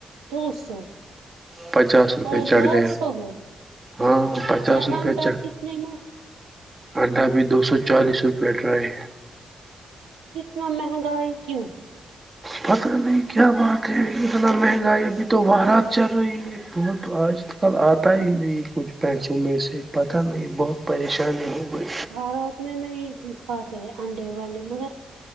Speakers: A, on the right (about 90°); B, on the right (about 30°).
A: دو سو
B: پچاس روپئے
A: اور
B: چڑھ
A: ڈھائی
B: گئے
A: سو میں
B: ہاں پچاس
A: اچھا
B: روپئے
A: انڈا
B: چڑ
A: کتنے میں
B: انڈا بھی دو سو چالیس روپئے ڈر ہے
A: اتنا مہنگا کیوں
B: پتہ نہیں کیا بات ہے اتنا مہنگائی ابھی تو برات چل رہی ہے بہ تو آج تک کل آتا ہی نہیں کچھ پینسوں میں سے پتہ نہیں بہت پریشانی ہو گئی
A: وارات میں نہیں کھواتے انڈے وانڈے مگر